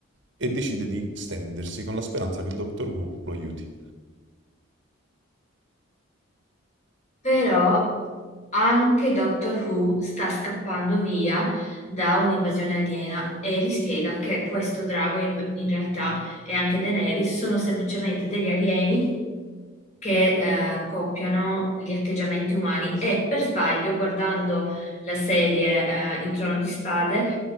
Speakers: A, on the right; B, on the left.
A: e decide di stendersi con la speranza che Doctor Who lo aiuti.
B: Però anche Doctor Who sta scappando via da un'invasione aliena e gli spiega che questo drago in, in realtà e anche Daenerys sono semplicemente degli alieni che eh, copiano gli atteggiamenti umani e per sbaglio, guardando la serie eh, Il Trono di Spade,